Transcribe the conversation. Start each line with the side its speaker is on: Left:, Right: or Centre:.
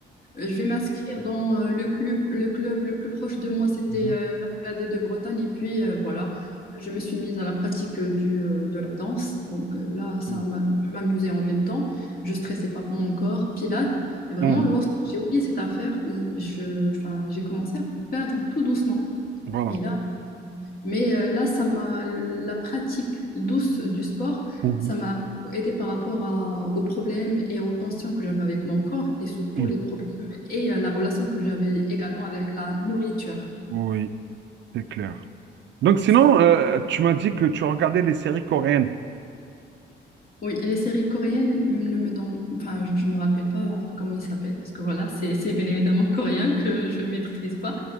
Left: Euh, Je vais m'inscrire dans euh, le club, le club le plus proche de moi, c'était
Right: Mhm.
Left: euh, vers KD de Bretagne. Et puis euh, voilà, je me suis mise à la pratique euh, du, euh, de la danse. Donc euh, là, ça
Right: Mhm.
Left: m'amusait en même temps. Je ne stressais pas pour mon corps, pilates. Et vraiment,
Right: Mhm. Mhm.
Left: lorsque j'ai oublié cette affaire, je, enfin, j'ai commencé à perdre tout doucement.
Right: Voilà.
Left: Et là, mais euh, là, ça m'a, la pratique douce du sport,
Right: Mhm.
Left: ça m'a beaucoup aidé par rapport à- aux problèmes et aux tensions que j'avais avec mon corps et surtout
Right: Mhm.
Left: les problèmes et euh, la relation que j'avais également avec la nourriture.
Right: Oui, c'est clair. Donc sinon,
Left: Parce
Right: euh, tu m'as dit que tu regardais les séries coréennes.
Left: Oui, et les séries coréennes ne me donnent, enfin, je me rappelle pas comment ils s'appellent parce que voilà, c'est c'est bien évidemment coréen que je maîtrise pas.